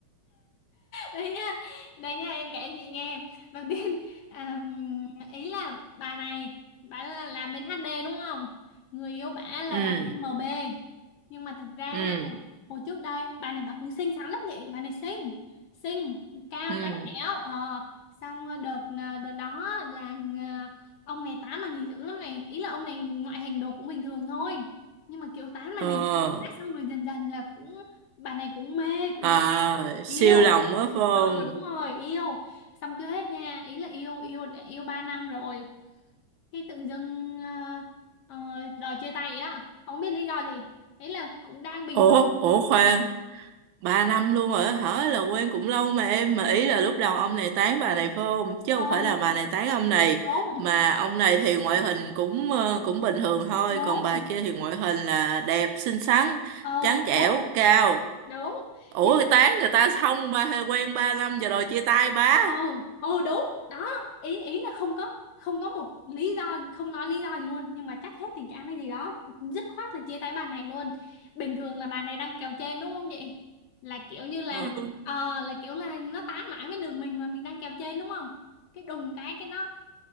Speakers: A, on the left; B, on the right.
A: đấy nha đấy nha em kể chị nghe đầu tiên à, ý là bà này bà là làm bên HD đúng không người yêu bà là
B: Ừ.
A: làm bên MB nhưng mà thực ra
B: Ừ.
A: là hồi trước đây bà này bà cũng xinh xắn lắm vậy bà này xinh xinh cao
B: Ừ.
A: trắng trẻo ờ xong đợt ờ, đợt đó là ờ, ông này tán bà này dữ lắm này ý là ông này ngoại hình đồ cũng bình thường thôi nhưng mà kiểu tán bà
B: Ờ.
A: này dữ quá, xong rồi dần dần là cũng bà này cũng mê cũng
B: À,
A: thích yêu
B: siêu lòng quá phải không?
A: ừ đúng rồi yêu xong chưa hết nha ý là yêu yêu yêu ba năm rồi khi tự dưng ờ, ờ, đòi chia tay á không biết lý do gì ý là cũng đang bình
B: Ủa,
A: thường
B: ủa khoan. ba năm luôn rồi á hả là quen cũng lâu mà em mà ý là lúc đầu ông này tán bà này phải không chứ
A: ừ
B: không phải là bà này tán ông này
A: đúng
B: mà ông này thì ngoại hình cũng ờ, cũng bình thường thôi
A: đúng
B: còn bà kia thì ngoại hình là đẹp xinh xắn
A: ừ
B: trắng trẻo
A: đúng
B: cao
A: đúng
B: ủa
A: nhưng
B: cái tán người ta xong ba hay quen ba năm giờ rồi chia tay bá
A: Ồ, ồ đúng đó ý ý là không có không có một lý do không nói lý do gì luôn nhưng mà chắc hết tình cảm hay gì đó dứt khoát là chia tay bà này luôn bình thường là bà này đang kèo trên đúng không chị là kiểu như là
B: ừ
A: ờ là kiểu là nó tán mãi với đường mình mà mình đang kèo trên đúng không cái đùng cái cái nó